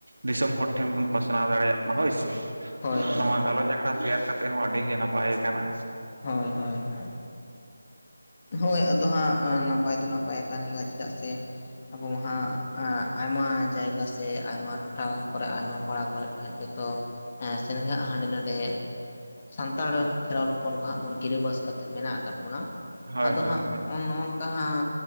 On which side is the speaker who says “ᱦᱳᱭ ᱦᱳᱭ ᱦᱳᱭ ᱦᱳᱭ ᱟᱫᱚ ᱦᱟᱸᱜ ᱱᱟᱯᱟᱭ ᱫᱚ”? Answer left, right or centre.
Left